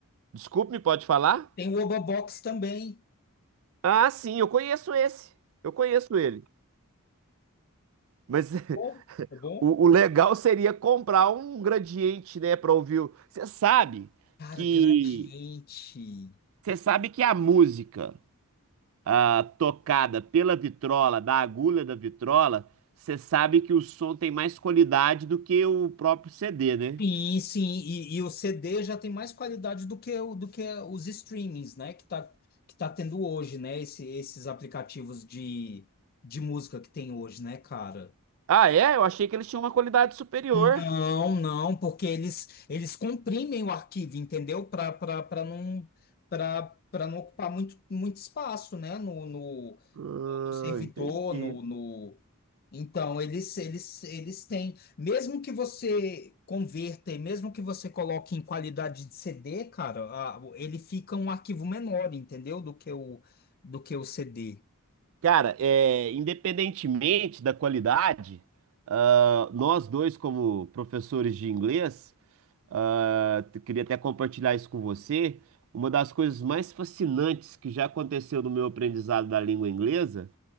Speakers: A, on the right (about 65°); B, on the left (about 45°).
A: Desculpe, pode falar?
B: Tem o Obobox também.
A: Ah, sim, eu conheço esse. Eu conheço ele. Mas <laughs>
B: Bom, é bom?
A: o, o legal seria comprar um gradiente, né, para ouvir. o- Você sabe
B: Cara,
A: que
B: gradiente.
A: você sabe que a música ah, tocada pela vitrola, da agulha da vitrola, você sabe que o som tem mais qualidade do que o próprio CD, né?
B: Sim, sim, e, e o CD já tem mais qualidade do que, o- do que os streamings, né? Que tá, que tá tendo hoje, né? Esse- esses aplicativos de, de música que tem hoje, né, cara?
A: Ah, é? Eu achei que eles tinham uma qualidade superior.
B: Não, não, porque eles, eles comprimem o arquivo, entendeu? Para para não para para não ocupar muito, muito espaço, né? No, no,
A: Ah,
B: no servidor,
A: entendi.
B: no, no, então, eles, eles, eles têm, mesmo que você converta e mesmo que você coloque em qualidade de CD, cara, a- o- ele fica um arquivo menor, entendeu? Do que o, do que o CD.
A: Cara, é, independentemente da qualidade, ah, nós dois, como professores de inglês, ah, t- queria até compartilhar isso com você. Uma das coisas mais fascinantes que já aconteceu no meu aprendizado da língua inglesa